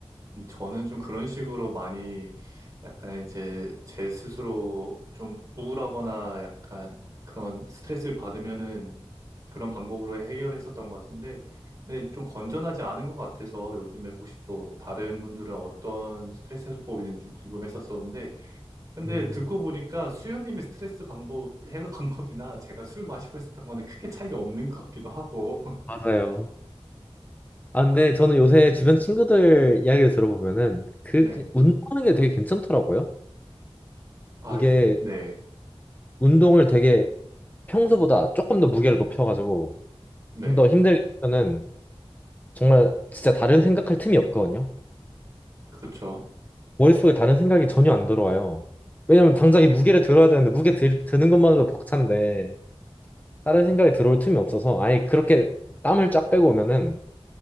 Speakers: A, on the right; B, on the left.
A: 음, 저는 좀 그런 식으로 많이 약간 이제 제 스스로 좀 우울하거나 약간 그런 스트레스를 받으면은 그런 방법으로 해결했었던 것 같은데 근데 좀 건전하지 않은 것 같아서 요즘에 혹시 또 다른 분들은 어떤 스트레스 해소법이 있는지 좀 궁금했었었는데 근데
B: 음,
A: 듣고 보니까 수현님의 스트레스 방법 해소 <laughs> 방법이나 제가 술 마시고 했었던 거는 크게 차이가 없는 것 같기도 하고
B: 맞아요. 아, 근데 저는 요새 주변 친구들 이야기를 들어보면은 그
A: 네.
B: 그- 운동하는 게 되게 괜찮더라고요.
A: 아,
B: 이게
A: 네.
B: 운동을 되게 평소보다 조금 더 무게를 높여가지고
A: 네.
B: 좀 더 힘들게 하면은 정말 진짜 다른 생각할 틈이 없거든요.
A: 그렇죠.
B: 머릿속에 다른 생각이 전혀 안 들어와요. 왜냐면 당장 이 무게를 들어야 되는데 무게 들, 드는 것만으로 벅찬데 다른 생각이 들어올 틈이 없어서 아예 그렇게 땀을 쫙 빼고 오면은